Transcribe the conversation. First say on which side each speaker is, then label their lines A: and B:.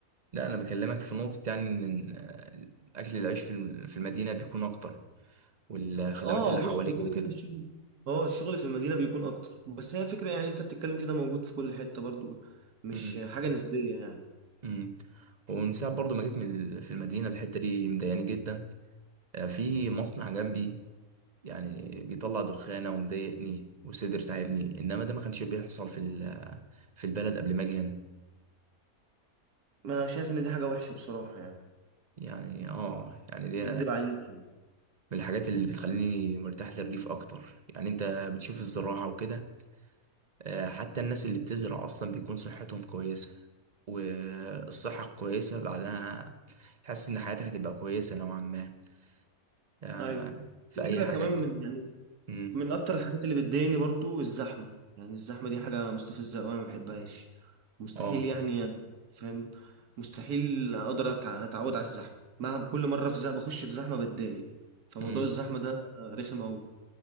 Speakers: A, on the right; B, on the right.
A: لا انا بكلمك في نقطة يعني ان آه، اكل العيش في الم- في المدينة بيكون اكتر والخدمات
B: اه
A: اللي
B: بص
A: حواليك
B: هو كده
A: وكده
B: كده الشغل اه الشغل في المدينه بيكون اكتر بس هي فكره يعني انت بتتكلم كده موجود في كل حته برضو مش
A: امم
B: حاجه نسبيه يعني
A: امم ومن ساعة برضو ما جيت من ال- في المدينة الحتة دي مضايقاني جدا آه، في مصنع جنبي يعني بيطلع دخانة ومضايقني وصدر تعبني انما ده ما كانش بيحصل في ال- في البلد قبل ما اجي هنا
B: ما انا شايف ان دي حاجه وحشه بصراحه يعني
A: يعني اه يعني دي
B: اكدب عليك يعني
A: من الحاجات اللي بتخليني مرتاح للريف اكتر يعني انت بتشوف الزراعة وكده آه، حتى الناس اللي بتزرع اصلا بيكون صحتهم كويسة والصحة كويسة بعدها تحس ان حياتك هتبقى كويسة نوعا ما آه،
B: ايوه
A: في
B: في
A: اي
B: حاجه
A: حاجة
B: كمان من يعني
A: امم
B: من اكتر الحاجات اللي بتضايقني برضو الزحمه يعني الزحمه دي حاجه مستفزه قوي انا ما بحبهاش مستحيل
A: اه
B: يعني فاهم مستحيل اقدر أتع- اتعود على الزحمه مهما كل مره في زحمه بخش في زحمه بتضايق فموضوع
A: امم
B: الزحمه ده رخم قوي